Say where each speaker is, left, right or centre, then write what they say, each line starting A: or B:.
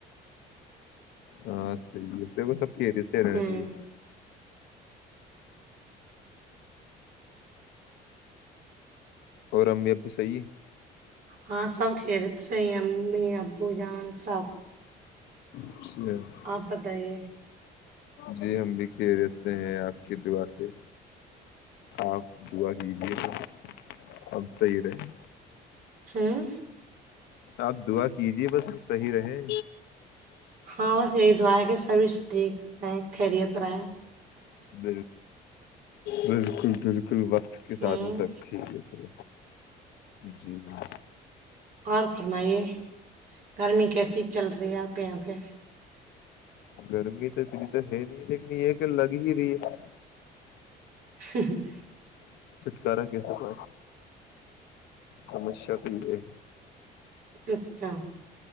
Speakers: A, on the left; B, on the right.
A: ہاں صحیح ہے وہ سب کھی سے رہنا
B: ہوں
A: چاہیے اور امی ابو سی
B: ہاں سب کھیلت سے امی ابو جان سب
A: اچھا
B: آپتاے
A: جی ہم بھی خریت سے ہیں آپ کی دعا سے آپ دعا کیجیےا اب صحیح رہے
B: ہاں
A: آپ دعا کیجے بس صحیح رہے
B: ہاں بس یہی دع ہے کہ سبھی ٹھیک رہ خریت رہے
A: ب بال ج بال کل وقت کے
B: ہوں
A: ساتھ میں سب کھیلے تھے جی جی
B: اور فرمائیے گرمی کیسی چل رہی ہے آپ کے یہاں پہ
A: گرمی تو اتنی تو ہے نہیں لیکن یہ کہ لگ ہی رہی ہے
B: <inaudible>
A: کرا کیسے کا سمسیا تو یہ ہے
B: اچھا